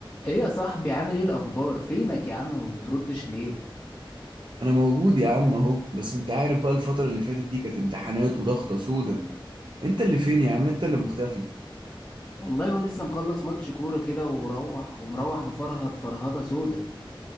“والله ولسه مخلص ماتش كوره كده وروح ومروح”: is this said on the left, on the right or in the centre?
Left